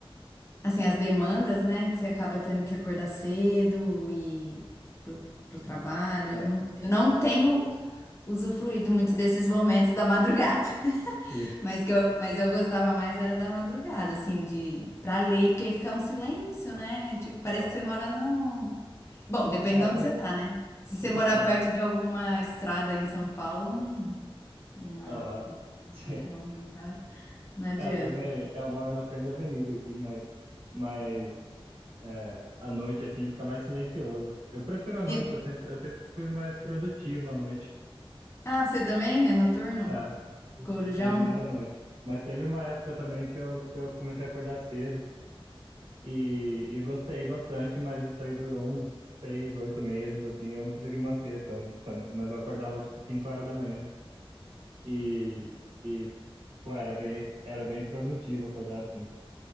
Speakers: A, on the left; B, on the right.
A: assim, as demandas, né? Que você acaba tendo que acordar cedo e pro, pro trabalho.
B: Não,
A: Eu não, eu não tenho usufruído muito desses momentos da madrugada. <laughs>
B: sim.
A: Mas que eu, mas eu gostava mais era da madrugada, assim, de pra ler, porque aí fica um silêncio, né? Tipo, parece
B: Aham.
A: que você mora num Bom, depende
B: É,
A: de
B: eu
A: onde
B: tô,
A: você tá, né? Se você
B: eu
A: morar
B: tô, é,
A: perto de alguma estrada em São Paulo, não- de uma
B: aham.
A: muito
B: <laughs> Sim.
A: movimentada, não adianta.
B: É, eu também, é, eu moro na frente da avenida aqui, mas, mas é, à noite, assim, fica mais silencioso. Eu prefiro à noite,
A: E
B: eu sempre, eu sempre fui mais produtivo à noite.
A: ah, você também é noturno?
B: É, prefiro
A: Corujão?
B: mais, mais à noite. Mas teve uma época também que eu, que eu comecei a acordar cedo e, e eu gostei bastante, mas isso aí durou uns seis, oito meses, assim, eu não consegui manter tão, tanto, mas eu acordava tipo cinco horas da manhã e, e pô, era bem, era bem produtivo acordar assim.